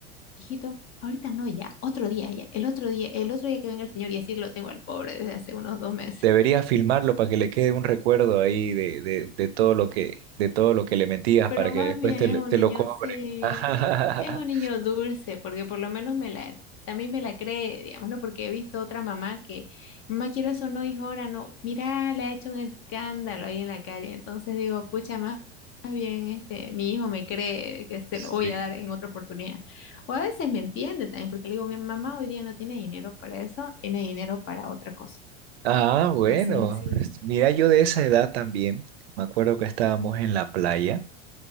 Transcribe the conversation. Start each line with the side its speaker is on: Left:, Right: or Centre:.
Left: hijito, ahorita no, ya, otro día, ya, el otro día, el otro día que venga el señor y así lo tengo al pobre desde hace unos dos meses.
Right: debería filmarlo para que le quede un recuerdo ahí de, de, de todo lo que, de todo lo que le mentías
Left: pero
Right: para
Left: más
Right: que después
Left: bien
Right: te,
Left: es
Right: lo-
Left: un
Right: te
Left: niño,
Right: lo cobre.
Left: sí,
Right: <laughs>
Left: es un niño dulce, porque por lo menos me la, también me la cree, digamos, ¿no? Porque he visto otra mamá que, mamá, quiero eso, no, hijo, ahora no, mira, le ha hecho un escándalo ahí en la calle, entonces digo, pucha, más, más bien, este, mi hijo me cree que se
Right: Sí.
Left: lo voy a dar en otra oportunidad. O a veces me entiende también, porque le digo, mi mamá hoy día no tiene dinero para eso, tiene dinero para otra cosa.
Right: Ah, bueno.
Left: Entonces, sí,
Right: Mira, yo de esa edad también, me acuerdo que estábamos en la playa.